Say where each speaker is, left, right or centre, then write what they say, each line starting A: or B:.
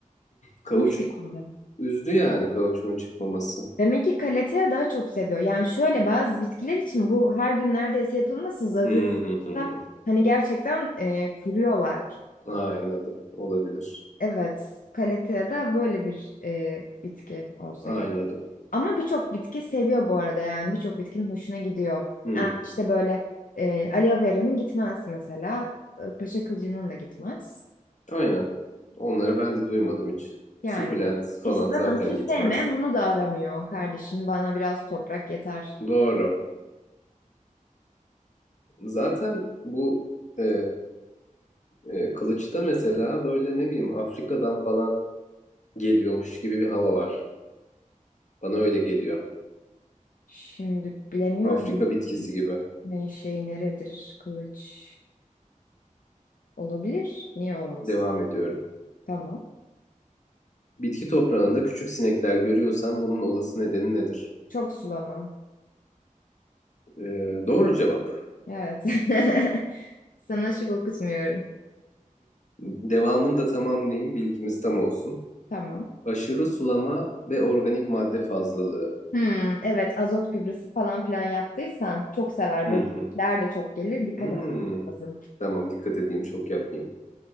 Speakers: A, on the left; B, on the left.
A: kauçuk
B: bu şekilde.
A: Üzdü yani kauçuğun çıkmaması.
B: Demek ki kalatea daha çok seviyor. Yani şöyle bazı bitkiler için bu her gün neredeyse yapılması zaruri.
A: Hmm.
B: Hani gerçekten e, kuruyorlar.
A: Aynadım. Olabilir.
B: Evet, kalatea da böyle bir e, bitki olsa
A: Aynadım.
B: gerek. Ama birçok bitki seviyor bu arada yani birçok bitkinin hoşuna gidiyor.
A: Hmm.
B: Yani işte böyle e, aloe vera'nın gitmez mesela. e, Paşa kılıcının da gitmez.
A: Aynen. Onları ben de duymadım hiç.
B: Yani
A: Sukulent
B: işte
A: falan
B: zaten
A: zaten
B: su
A: gitmez.
B: sevmeyen onu da aramıyor kardeşim. Bana biraz toprak yeter.
A: Doğru. Zaten bu e, e, kılıçta mesela böyle ne bileyim Afrika'dan falan geliyormuş gibi bir hava var. Bana öyle geliyor.
B: Şimdi bilemiyorum
A: Afrika bitkisi gibi.
B: ne şey neredir kılıç. Olabilir. Niye olmaz?
A: Devam ediyorum.
B: Tamam.
A: Bitki toprağında küçük sinekler görüyorsan bunun olası nedeni nedir?
B: Çok sulama.
A: E, doğru cevap.
B: Evet. <laughs> Sana şık okutmuyorum.
A: Devamını da tamamlayayım, bilgimiz tam olsun.
B: Tamam.
A: Aşırı sulama ve organik madde fazlalığı.
B: Hmm, evet azot gübresi falan filan yaptıysan çok sever.
A: Hı
B: Böcekler
A: hı.
B: de çok gelir. Dikkat
A: Hmm.
B: etmek lazım.
A: Tamam, dikkat edeyim, çok yapmayayım.